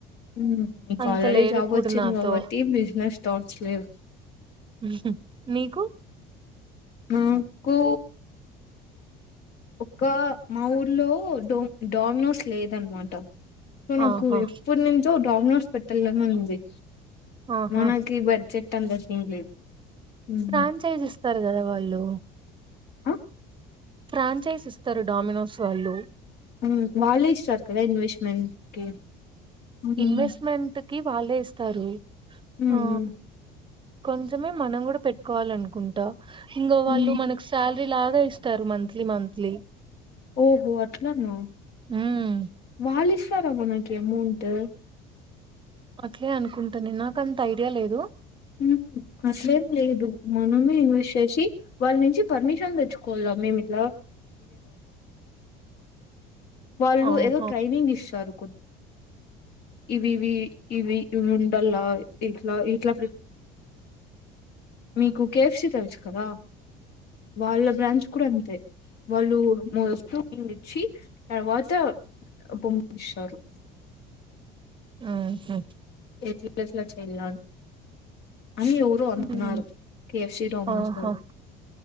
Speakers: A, on the left; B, on the right.
A: ఉమ్ మీకు
B: అంత
A: అల్ రెడి
B: లేరు
A: జాబ్
B: ఇప్పుడు
A: వచ్చింది
B: నాతో
A: కాబట్టి బిజినెస్ తో అవసర లేదు
B: ఉహుమ్ మీకు
A: అకు ఒక్క మా ఊర్లో డో డోమినోస్ లేదన్నమాట సో నాకు
B: ఆహా
A: ఎప్పటి నుంచో డామినోస్ పెట్టలని ఉంది
B: ఆహా
A: మనకి బడ్జెట్ అంత సీన్ లేదు ఉమ్.
B: ఫ్రాంచైజ్ ఇస్తారు కదా వాళ్ళు
A: ఆ
B: ఫ్రాంచైజ్ ఇస్తారు డామినోస్ వాళ్ళు
A: ఉమ్ వాళ్ళే ఇస్తారు కదా ఇన్వెస్ట్మెంట్ కి హ్మ్
B: ఇన్వెస్ట్మెంట్ కి వాళ్ళే ఇస్తారు
A: హ్మ్
B: ఆ కొంచమే మనం కూడా పెట్టుకోవాలి అనుకుంటా ఇంకా
A: హ్మ్
B: వాళ్ళు మనకు శాలరీ లాగా ఇస్తారు మంత్లీ మంత్లీ
A: ఓహో అట్లానా
B: ఉమ్
A: వాళ్ళ ఇస్తా ఇస్తారా మనకి ఏమౌంట్
B: అట్లే అనుకుంటాను నాకు అంత ఐడియా లేదు
A: ఉహుమ్ అసలేం లేదు మనమే ఇన్వస్ట్ చేసి వాళ్ళ నుంచి పర్మిషన్ తెచ్చుకోవలా మేము ఇట్లా వాళ్ళు
B: ఆహా
A: ఏదో ట్రైనింగ్ ఇస్తారు ఇవి ఇవి ఇవి ఇవి ఉండల్లా ఇట్లా ఇట్లా మీకు కేఎఫ్సి తెలుసు కదా వాళ్ళ బ్రాంచ్ కూడా అంతే వాళ్ళు వస్తువు కింద ఇచ్చి తర్వాత వాటా పంపిస్తారు
B: ఆహా
A: ఎట్లా ఎట్లా చేయి ఇలా కాదు అని ఎవరో అన్నారు
B: ఉమ్
A: కేఎఫ్సి డామినోస్
B: ఆహా
A: వాళ్ళు